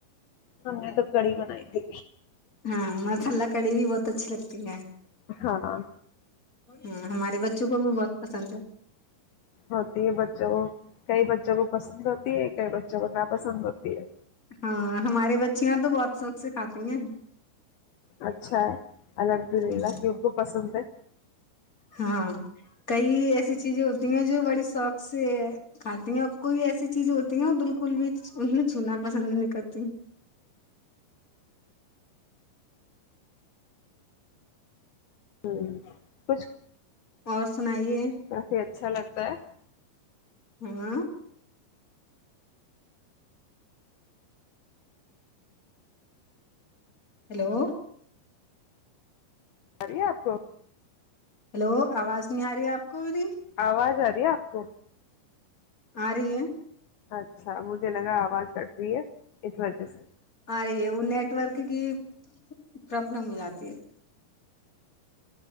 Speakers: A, on the left; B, on the left.
A: ہم نے تو کڑی بنائی تھی
B: ہاں م ال کڑ بھی بت ب اچھی لگتی ہے
A: ہاں
B: ہ ہمارے بچوں کو بھی بہت پسند ہے
A: ہوتی ہے بچوں کو کئی بچوں کو پسند ہوتی ہے کئی بچوں کو نا پسند ہوتی ہے
B: ہاں ہمارے بچے اچیاں تو بہت سوق سے کھاتی ہیں
A: اچھا الحمد للہ
B: ہوں
A: وگو پسند ہے
B: ہاں کئی ایسی چیزیں ہوتی ہیں جو بڑی شوق سے کھاتی ہیں اور کوئی ایسی چیزیں ہوتی ہیں وہ بالکل بھی انیں چھونا پسند نہیں کرتی
A: ہوں کچھ
B: اور سنائیے
A: کافی اچھا لگتا ہے
B: ہاں <unintelligible> ہلو
A: برییا توو
B: ہلو آواز نہیں آ رہی آپ کو میری
A: آواز آ آپ کو
B: آ رہ ہے
A: اچھا مجھے لگا آواز کٹ رہی ہے اس وجہ سے
B: وہ نیٹورک کی پرابلم ہو جاتی ہے